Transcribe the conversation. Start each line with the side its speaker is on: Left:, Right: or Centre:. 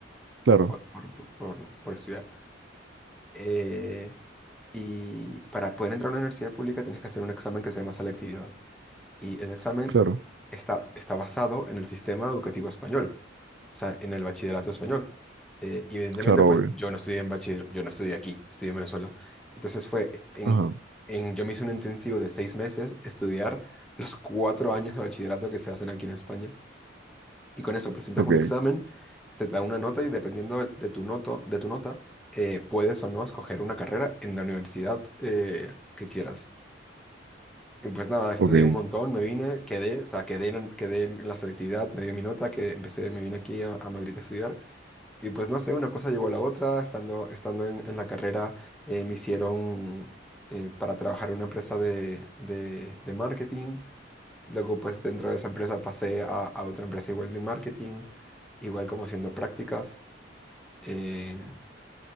Right: claro,
Centre: por, por por- por estudiar eh, y para poder entrar a una universidad pública tienes que hacer un examen que se llama selectividad. Y ese examen
Right: claro,
Centre: está, está basado en el sistema educativo español, o sea, en el bachillerato español. Eh, y evidentemente,
Right: claro,
Centre: pues
Right: obvio.
Centre: yo no estudié en bachiller, yo no estudié aquí, estudié en Venezuela. Entonces fue en,
Right: Ajá,
Centre: en, yo me hice un intensivo de seis meses estudiar los cuatro años de bachillerato que se hacen aquí en España y con eso presentas
Right: ok,
Centre: un examen, te da una nota y dependiendo del- de, tu noto, de tu nota, eh, puedes o no escoger una carrera en la universidad eh, que quieras. Y pues nada, estudié
Right: ok,
Centre: un montón, me vine, quedé, o sea, quedé en, quedé en la selectividad, me dio mi nota, que empecé, me vine aquí a, a Madrid a estudiar. Y pues no sé, una cosa llevó a la otra, estando, estando en, en la carrera eh, me hicieron eh, para trabajar en una empresa de, de de marketing. Luego, pues dentro de esa empresa pasé a, a otra empresa igual de marketing, igual como haciendo prácticas eh,